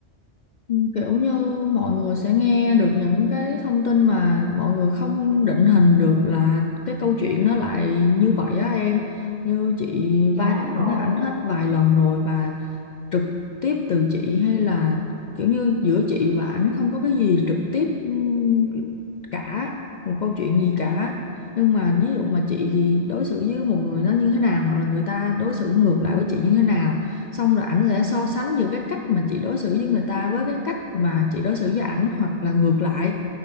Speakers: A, on the left (about 60°); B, on the right (about 85°).
A: Ừ, kiểu như mọi người sẽ nghe được những cái thông tin mà mọi người không định hình được là cái câu chuyện nó lại như vậy á em như chị
B: chà
A: va
B: đúng
A: chạm
B: rồi
A: với ảnh hết vài lần rồi và trực tiếp từ chị hay là kiểu như giữa chị và ảnh không có cái gì trực tiếp ừm, cả một câu chuyện gì cả nhưng mà ví dụ mà chị thì đối xử với một người nó như thế nào hoặc là người ta đối xử ngược lại với chị như thế nào xong rồi ảnh sẽ so sánh giữa cái cách mà chị đối xử với người ta với cái cách mà chị đối xử với ảnh hoặc là ngược lại